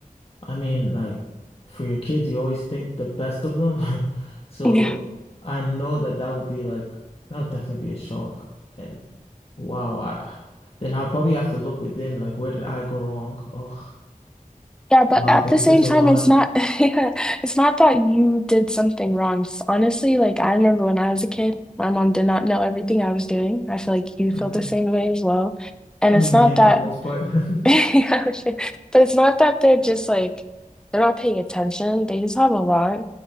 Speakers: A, on the left; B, in the centre.
A: I mean, like for your kids, you always think the best of them. <laughs> So
B: Yeah.
A: I know that that would be like that would definitely be a shock. And wow, I then I'd probably have to look within, like where did I go wrong? Oh.
B: Yeah, but
A: Wow,
B: at
A: there's
B: the same
A: there's a
B: time,
A: lot.
B: it's not, <laughs> yeah, it's not that you did something wrong. S- Honestly, like I remember when I was a kid, my mom did not know everything I was doing. I feel like you
A: Uh,
B: feel the same way as well. And
A: I
B: it's
A: mean,
B: not
A: yeah,
B: that.
A: for the most
B: <laughs>
A: part. <laughs>
B: Yeah, sure. But it's not that they're just like they're not paying attention. They just have a lot